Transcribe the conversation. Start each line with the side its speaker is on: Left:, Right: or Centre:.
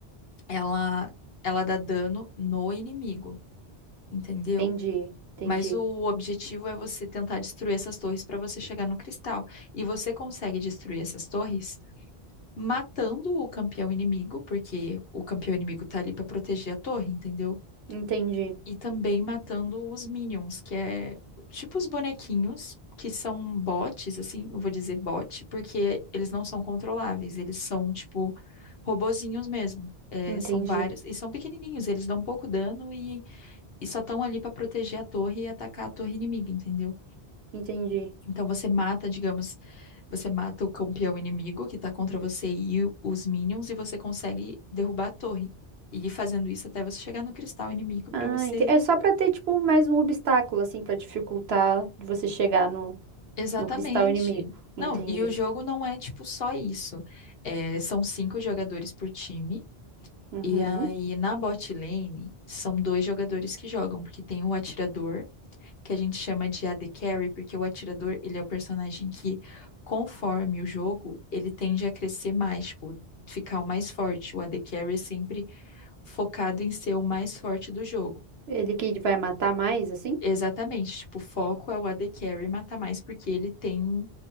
Left: ela, ela dá dano no inimigo, entendeu?
Right: Entendi. Entendi.
Left: Mas o objetivo é você tentar destruir essas torres para você chegar no cristal. E você consegue destruir essas torres matando o campeão inimigo, porque o campeão inimigo tá ali pra proteger a torre, entendeu?
Right: Entendi,
Left: E também matando os minions, que é tipo os bonequinhos, que são bots, assim, eu vou dizer bot, porque eles não são controláveis, eles são tipo robozinhos mesmo. É,
Right: entendi,
Left: são vários, e são pequenininhos, eles dão pouco dano e, e só estão ali pra proteger a torre e atacar a torre inimiga, entendeu?
Right: entendi.
Left: Então você mata, digamos, você mata o campeão inimigo que tá contra você e o- os minions e você consegue derrubar a torre. E ir fazendo isso até você chegar no cristal inimigo pra
Right: Ah,
Left: você.
Right: ente- É só pra ter, tipo, mais um obstáculo, assim, pra dificultar de você chegar no,
Left: Exatamente.
Right: no cristal inimigo. Entendi.
Left: Não, e o jogo não é tipo só isso. É, são cinco jogadores por time.
Right: Uhum.
Left: E aí na bot lane são dois jogadores que jogam, porque tem o atirador que a gente chama de AD Carry, porque o atirador, ele é o personagem que, conforme o jogo, ele tende a crescer mais, tipo, ficar o mais forte. O AD Carry é sempre focado em ser o mais forte do jogo.
Right: Ele que vai matar mais, assim?
Left: Exatamente, tipo, o foco é o AD Carry matar mais, porque ele tem